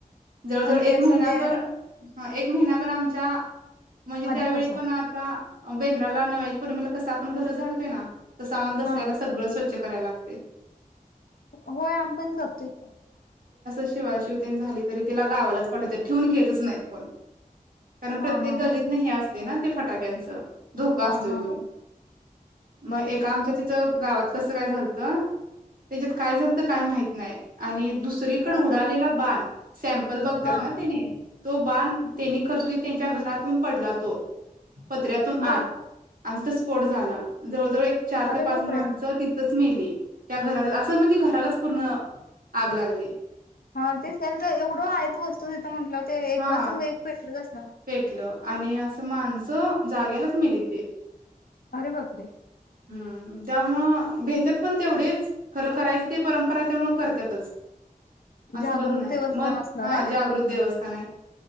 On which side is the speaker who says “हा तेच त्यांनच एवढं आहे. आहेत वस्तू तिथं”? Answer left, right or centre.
Left